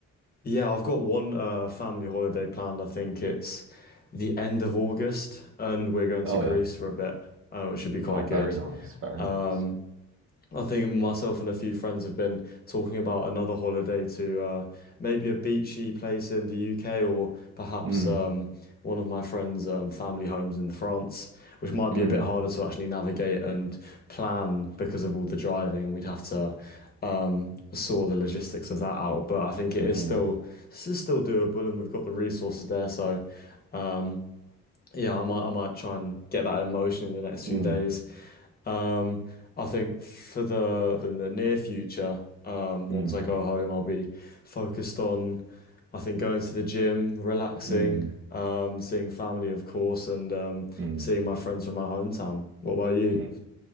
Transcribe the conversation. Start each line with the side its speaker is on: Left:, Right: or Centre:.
Left: Yeah, I've got one uh, family holiday planned. I think it's the end of August, and we're going to
Right: Oh
Left: Greece
Right: yeah.
Left: for a bit, uh, which should be quite
Right: Oh, very
Left: good.
Right: nice. Very
Left: Um,
Right: nice.
Left: I think myself and a few friends have been talking about another holiday to uh, maybe a beachy place in the UK or perhaps
Right: Mm,
Left: um, one of my friends' um, family homes in France, which might
Right: mm,
Left: be a bit harder to actually navigate and plan because of all the driving. We'd have to um, sort the logistics of that out, but I think it
Right: mm,
Left: is still this is still doable, and we've got the resources there. So um, yeah, I might I might try and get that in motion in the next
Right: mm,
Left: few days. Um, I think for the in the near future, um, once
Right: mm,
Left: I go home, I'll be focused on I think going to the gym, relaxing,
Right: mm,
Left: um, seeing family, of course, and um,
Right: mm,
Left: seeing my friends from my hometown. What about you?
Right: mm.